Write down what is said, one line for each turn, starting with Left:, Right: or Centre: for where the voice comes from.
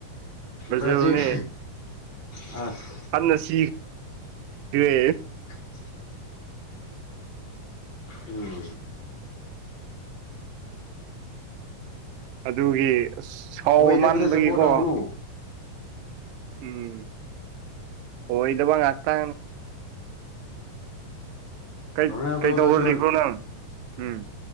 Right: ꯕ꯭ꯔꯥꯖꯤꯜꯅꯦ
Left: ꯕ꯭ꯔꯥꯖꯤꯜ ꯑꯁ
Right: ꯍꯟꯅ ꯁꯤꯈ꯭ꯔꯦ
Left: <unintelligible> ꯎꯝ
Right: ꯑꯗꯨꯒꯤ ꯑꯁ ꯁꯥꯎꯃꯟꯕꯒꯤꯀꯣ
Left: ꯑꯣꯏꯗꯕꯗ ꯁꯄꯣꯠ ꯇꯧꯒꯅꯨ
Right: ꯎꯝ ꯑꯣꯏꯗꯕ ꯉꯥꯛꯇ ꯀꯩ
Left: ꯔꯣꯅꯥꯜꯗꯣꯗꯁꯨ
Right: ꯀꯩꯇꯧꯔ ꯂꯩꯕ꯭ꯔꯣ ꯅꯪ ꯎꯝ